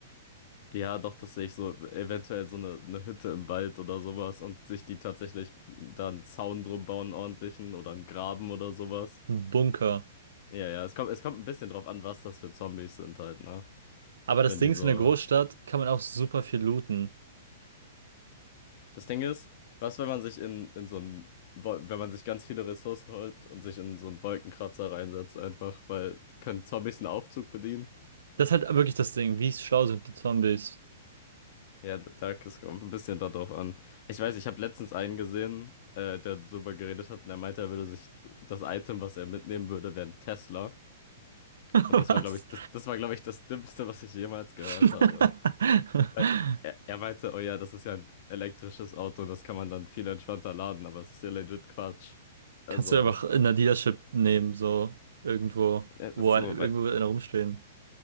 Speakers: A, on the left (about 50°); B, on the right (about 85°).
A: Ja, doch, das sehe ich so, eventuell so eine, eine Hütte im Wald oder sowas und sich die tatsächlich da einen Zaun drum bauen, einen ordentlichen oder einen Graben oder sowas.
B: Ein Bunker.
A: Ja, ja, es kommt, es kommt ein bisschen drauf an, was das für Zombies sind halt, ne?
B: Aber das
A: Wenn
B: Ding
A: die so
B: ist, in der Großstadt kann man auch super viel looten.
A: Das Ding ist, was, wenn man sich in, in so ein, wenn man sich ganz viele Ressourcen holt und sich in so einen Wolkenkratzer reinsetzt, einfach, weil können Zombies einen Aufzug bedienen?
B: Das ist halt wirklich das Ding. Wie schlau sind die Zombies?
A: Ja, da da- es kommt ein bisschen darauf an. Ich weiß, ich habe letztens einen gesehen, äh, der darüber geredet hat und er meinte, er würde sich das Item, was er mitnehmen würde, wäre ein Tesla.
B: <laughs>
A: Und das
B: Was?
A: war, glaube ich, das, das war, glaube ich, das Dümmste, was ich jemals gehört
B: <laughs>
A: habe. Weil er, er meinte, oh ja, das ist ja ein elektrisches Auto, das kann man dann viel entspannter laden, aber es ist ja legit Quatsch. Also.
B: Kannst du einfach in der Dealership nehmen, so irgendwo,
A: Ja, ist
B: wo
A: so,
B: ein- irgendwo
A: weil
B: wird einer rumstehen.